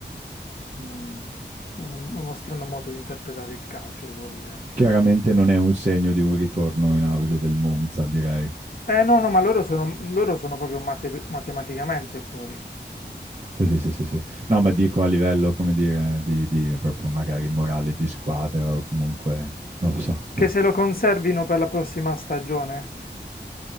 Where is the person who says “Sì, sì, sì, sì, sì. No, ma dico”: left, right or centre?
Right